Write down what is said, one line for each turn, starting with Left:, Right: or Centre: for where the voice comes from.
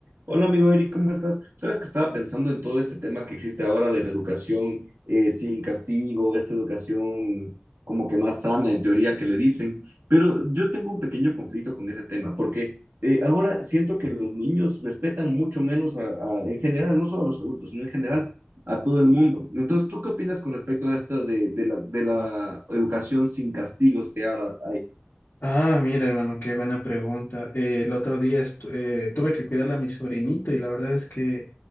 Right: Hola amigo Eric, ¿cómo estás? Sabes que estaba pensando en todo este tema que existe ahora de la educación eh, sin castigo, esta educación como que más sana en teoría que le dicen, pero yo tengo un pequeño conflicto con ese tema porque eh, ahora siento que los niños respetan mucho menos a, a- en general, no solo a los adultos, sino en general a todo el mundo. Entonces, ¿tú qué opinas con respecto a esto de, de la, de la educación sin castigos que ahora hay?
Left: Ah, mira, hermano, qué buena pregunta. Eh, el otro día estu- eh, tuve que cuidar a mi sobrinito y la verdad es que